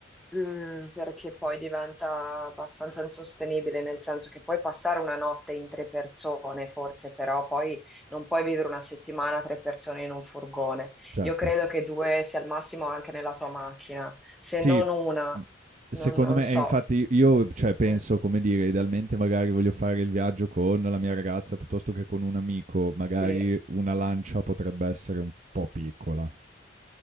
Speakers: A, in the centre; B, on the right.
A: Mm, perché poi diventa abbastanza insostenibile, nel senso che puoi passare una notte in tre persone, forse, però poi non puoi vivere una settimana tre persone in un furgone.
B: Certo.
A: Io credo che due sia al massimo anche nella tua macchina, se
B: Sì,
A: non una,
B: m- secondo
A: non, non
B: me,
A: so.
B: e infatti io cioè, penso,
A: Mm,
B: come dire, idealmente magari voglio fare il viaggio con la mia ragazza piuttosto che con un amico, magari
A: Sì.
B: una lancia potrebbe essere un po' piccola.